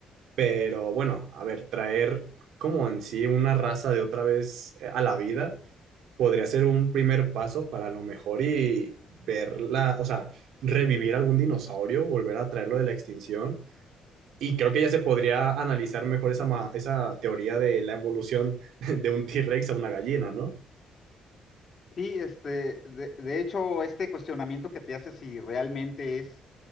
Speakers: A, on the right; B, on the left.
A: Pero bueno, a ver, traer como en sí una raza de otra vez eh, a la vida podría ser un primer paso para a lo mejor y verla, o sea, revivir algún dinosaurio, volver a traerlo de la extinción. Y creo que ya se podría analizar mejor esa, ma- esa teoría de la evolución <laughs> de un T-Rex a una gallina, ¿no?
B: Sí, este, de, de hecho, este cuestionamiento que te hace si realmente es